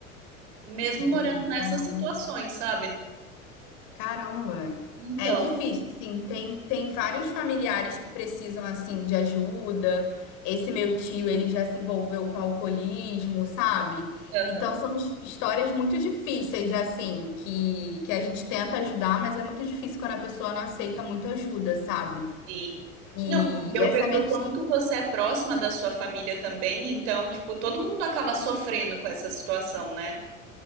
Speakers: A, on the right; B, on the left.
A: mesmo
B: entendi.
A: morando nessas
B: Caramba,
A: situações, sabe?
B: caramba.
A: Então,
B: É difícil, sim. Tem, tem vários familiares que precisam, assim, de ajuda. Esse meu tio, ele já se envolveu com alcoolismo, sabe?
A: aham,
B: Então, são his- histórias muito difíceis, assim, que, que a gente tenta ajudar, mas é muito difícil quando a pessoa não aceita muito ajuda, sabe?
A: sim.
B: E,
A: Não, eu
B: e essa
A: vejo
B: minha
A: o
B: tia.
A: quanto você é próxima da sua família também, então, tipo, todo mundo acaba sofrendo com essa situação, né?